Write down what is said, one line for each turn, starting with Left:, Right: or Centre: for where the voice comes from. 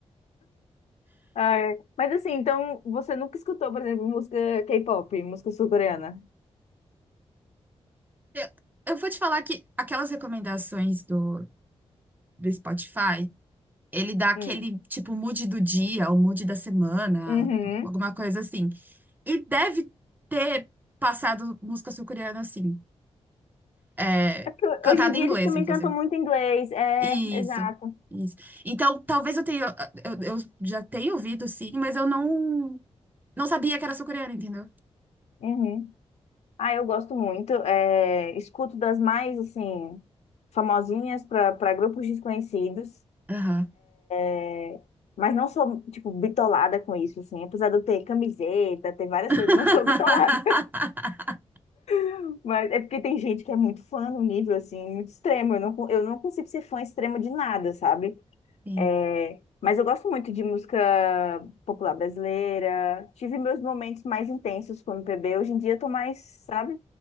Left: Ah, é. Mas assim, então você nunca escutou, por exemplo, música K-pop, música sul-coreana?
Right: Eu eu vou te falar que aquelas recomendações do, do Spotify, ele dá aquele
Left: Hum.
Right: tipo mood do dia, o mood da semana,
Left: Uhum.
Right: alguma coisa assim. E deve ter passado música sul-coreana assim, é,
Left: É porque
Right: cantada
Left: hoje em dia
Right: em inglês,
Left: eles também
Right: inclusive.
Left: cantam muito inglês. É,
Right: Isso,
Left: exato.
Right: isso. Então, talvez eu tenha, eu, eu já tenha ouvido sim, mas eu não, não sabia que era sul-coreana, entendeu?
Left: Uhum. Ah, eu gosto muito. É, escuto das mais, assim, famosinhas para para grupos desconhecidos.
Right: Aham.
Left: é, Mas não sou, tipo, bitolada com isso, assim. Apesar de eu ter camiseta, ter várias
Right: <laughs>
Left: coisas, não sou bitolada. <laughs> Mas é porque tem gente que é muito fã no nível, assim, muito extremo. Eu não, co- eu não consigo ser fã extremo de nada, sabe?
Right: Sim,
Left: É, mas eu gosto muito de música popular brasileira. Tive meus momentos mais intensos com o MPB. Hoje em dia eu tô mais, sabe?